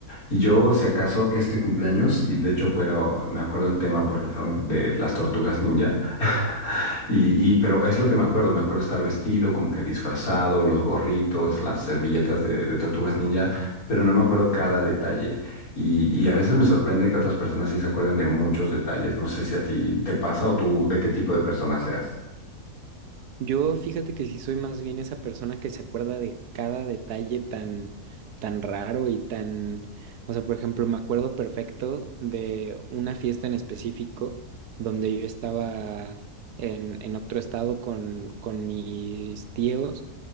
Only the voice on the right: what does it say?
Yo fíjate que sí soy más bien esa persona que se acuerda de cada detalle tan, tan raro y tan, o sea, por ejemplo, me acuerdo perfecto de una fiesta en específico donde yo estaba en, en otro estado con, con mis tíos